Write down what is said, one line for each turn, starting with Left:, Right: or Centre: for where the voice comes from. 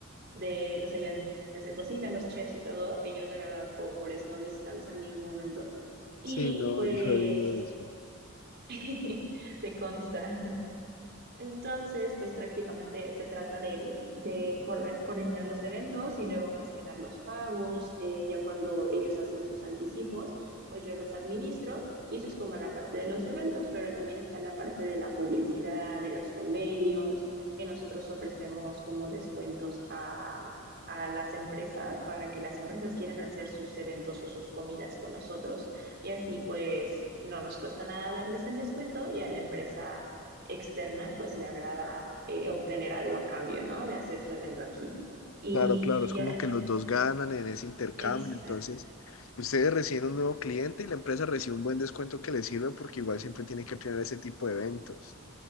Right: de los ayudantes de cocina, los chefs y todo, ellos de verdad pobres, no descansan ni un momento. Y
Left: Sí, no,
Right: pues
Left: yo digo eso.
Right: <laughs> te consta. Entonces, pues prácticamente se trata de, de corre- coordinar los eventos y luego gestionar los pagos. eh, ya cuando ellos hacen sus anticipos, pues yo los administro y eso es como la parte de los eventos, pero también está la parte de la publicidad, de los convenios, que nosotros ofrecemos como descuentos a, a las empresas para que las empresas quieran hacer sus eventos o sus comidas con nosotros. Y así pues no nos cuesta nada darles el descuento y a la empresa externa, pues le agrada eh, obtener algo a cambio, ¿no? De hacer su evento aquí. Y
Left: Claro, claro, es como que los dos ganan en ese intercambio.
Right: exacto,
Left: Entonces, ustedes reciben un nuevo cliente y la empresa recibe un buen descuento que les sirve porque igual siempre tiene que planear ese tipo de eventos.